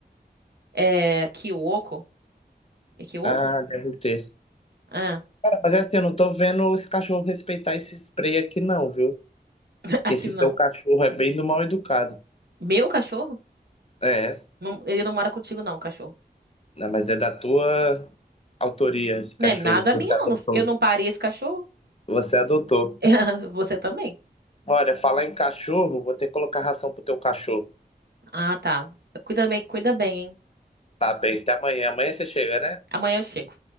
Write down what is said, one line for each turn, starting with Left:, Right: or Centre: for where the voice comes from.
Right: é, Kiwoko. É Kiwoko?
Left: Ah, deve ter.
Right: Ah,
Left: Cara, mas é assim, eu não tô vendo esse cachorro respeitar esse spray aqui, não, viu?
Right: <laughs> aqui
Left: Que esse
Right: não.
Left: teu cachorro é bem do mal educado.
Right: Meu cachorro?
Left: É,
Right: Não- ele não mora contigo não, cachorro.
Left: né, mas é da tua autoria esse cachorro
Right: Não é nada
Left: que você
Right: minha
Left: adotou.
Right: não. Eu não parei esse cachorro.
Left: Você adotou.
Right: <laughs> Você também.
Left: Olha, falar em cachorro, vou ter que colocar ração pro teu cachorro.
Right: Ah, tá. Cuida bem, cuida bem, hein?
Left: Tá bem, até amanhã. Amanhã você chega, né?
Right: Amanhã eu chego.